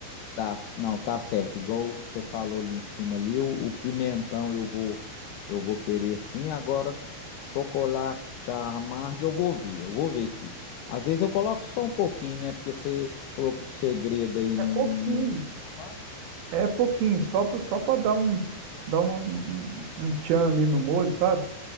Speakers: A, on the left (about 80°); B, on the right (about 65°).
A: Tá, não, tá certo. Igual você falou ali em cima ali, o, o pimentão eu vou eu vou querer sim. Agora, chocolate amargo eu vou ver, eu vou ver aqui. Às vezes eu coloco só um pouquinho, né? Porque você, você falou que o segredo aí não,
B: É pouquinho.
A: não é o chocolate.
B: É pouquinho, só para só para dar um dar uma- um, um tchan ali no molho, sabe?